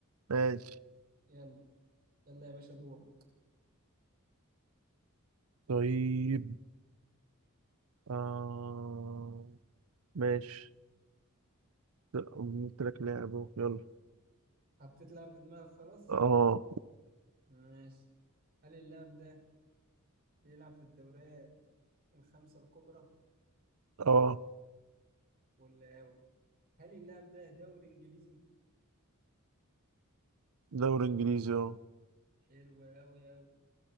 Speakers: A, on the right (about 75°); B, on the right (about 45°).
A: ماشي
B: يلا يلا يا باشا دور
A: طيب آه ماشي لا، أمم، قلت لك لاعب اهو يلا
B: حطيت لاعب في دماغك خلاص
A: اه
B: ماشي هل اللاعب ده بيلعب في الدوريات الخمسة الكبرى
A: اه
B: ولا أوي هل اللاعب ده دوري إنجليزي؟
A: دوري انجليزي اه
B: حلو أوي أوي